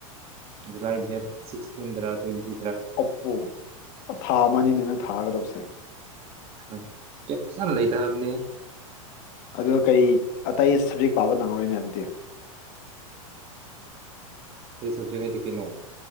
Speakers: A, on the right; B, on the left.
A: ꯖꯨꯂꯥꯏ ꯗꯦꯠ ꯁꯤꯛꯁꯇꯤꯟꯗꯔ ꯇ꯭ꯋꯦꯟꯇꯤ
B: ꯑꯣꯄꯣ ꯊꯥ ꯑꯃꯅꯤꯅꯦ ꯅꯪ ꯊꯥꯒꯗꯕꯁꯦ
A: ꯍꯣꯏ ꯀꯦꯞꯁꯅ ꯂ ꯊ ꯑꯕꯅꯦ
B: ꯑꯗꯣ ꯀꯩ ꯑꯇꯩ ꯁꯕꯖꯦꯛ ꯄꯥꯕ ꯅꯪꯉꯔꯣꯏꯅꯦ ꯑꯗꯨꯗꯤ
A: ꯑꯩ ꯁꯖꯉꯩꯗꯤ ꯀꯩꯅꯣ